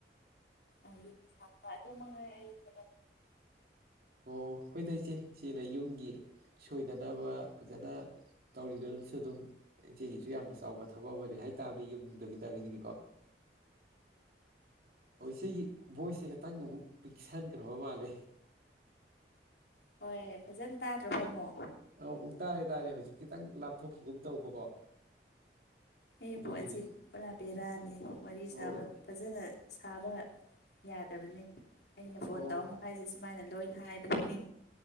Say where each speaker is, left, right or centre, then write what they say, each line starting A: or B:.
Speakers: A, on the left; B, on the right.
A: ꯑꯗꯨ ꯁꯥꯄ ꯑꯗꯨ ꯃꯉꯥꯏꯕ
B: ꯑꯣ ꯍꯣꯏꯗ ꯏꯆꯦ ꯏꯆꯦꯅ ꯌꯨꯝꯒꯤ ꯁꯣꯏꯗꯅꯕ ꯐꯖꯅ ꯇꯧꯔꯤꯗꯨ ꯜꯨ ꯑꯗꯨꯝ ꯏꯆꯦꯒꯤꯁꯨ ꯌꯥꯝꯅ ꯆꯥꯎꯕ ꯊꯕꯛ ꯑꯃꯅꯦ ꯍꯥꯏꯇꯥꯥꯔꯅꯤ ꯌꯨꯝꯗꯨꯒꯤꯗ ꯑꯗꯒꯤꯗꯤꯀꯣ ꯍꯧꯁꯦ ꯚꯣꯏꯁꯁꯦ ꯈꯇꯪ ꯑꯃꯨꯛ ꯄꯤꯛꯁꯟꯗ꯭ꯔꯕ ꯃꯥꯜꯂꯦ
A: ꯍꯣꯏ ꯐꯖꯅ ꯇꯥꯗ꯭ꯔꯕ ꯑꯃꯣ
B: ꯑ ꯎ ꯇꯥꯔꯦ ꯇꯥꯔꯦ ꯍꯧꯖꯤꯛ ꯈꯤꯇꯪ ꯂꯥꯞꯊꯣꯛꯈꯤꯒꯨꯝ ꯇꯧꯕꯀꯣ
A: ꯑꯩ
B: ꯑꯗꯨꯒꯤꯅꯤ
A: ꯄꯣꯣꯟꯁꯤ ꯄꯨꯔꯥ ꯕꯦꯔꯥꯅꯤ ꯋꯥꯔꯤ
B: ꯍꯣꯏ
A: ꯁꯥꯕ ꯐꯖꯅ ꯁꯥꯕ ꯌꯥꯗꯕꯅꯤ ꯑꯩꯅ ꯐꯣꯟ
B: ꯑꯣ
A: ꯇꯧꯔ ꯃꯈꯥꯏꯁꯦ ꯁꯨꯃꯥꯏꯅ ꯂꯣꯏ ꯍꯥꯏꯕꯅꯤ